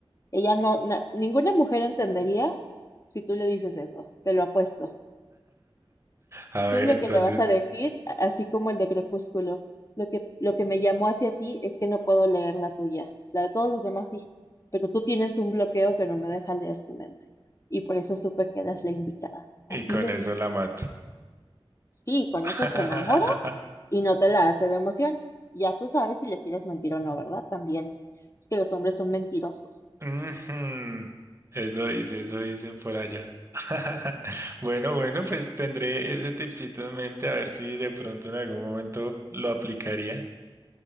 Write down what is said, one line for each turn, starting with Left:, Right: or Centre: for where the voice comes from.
Left: Ella no, na- ninguna mujer entendería si tú le dices eso, te lo apuesto.
Right: A ver,
Left: Tú lo
Right: entonces,
Left: que le vas a decir, a- así como el de Crepúsculo, lo que, lo que me llamó hacia ti es que no puedo leer la tuya, la de todos los demás sí, pero tú tienes un bloqueo que no me deja leer tu mente. Y por eso supe que eras la indicada.
Right: y
Left: Así
Right: con
Left: le
Right: eso
Left: dices.
Right: la mato.
Left: Sí, con
Right: <laughs>
Left: eso se enamora y no te la hace de emoción. Ya tú sabes si le quieres mentir o no, ¿verdad? También. Es que los hombres son mentirosos.
Right: Ujú. Eso dice, eso dicen por allá. <laughs> Bueno, bueno, pues tendré ese tipcito en mente a ver si de pronto en algún momento lo aplicaría,